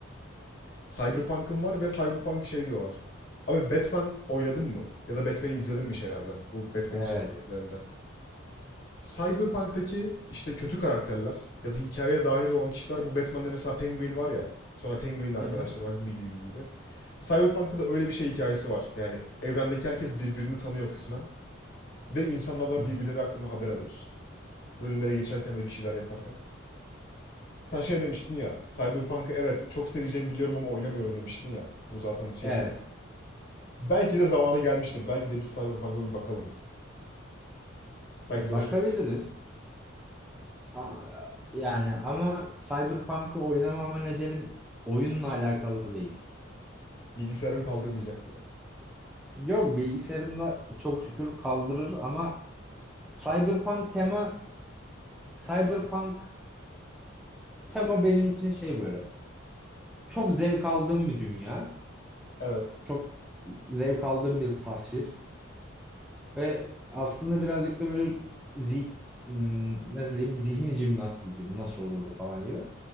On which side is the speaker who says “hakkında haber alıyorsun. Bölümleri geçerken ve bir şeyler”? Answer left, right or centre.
Left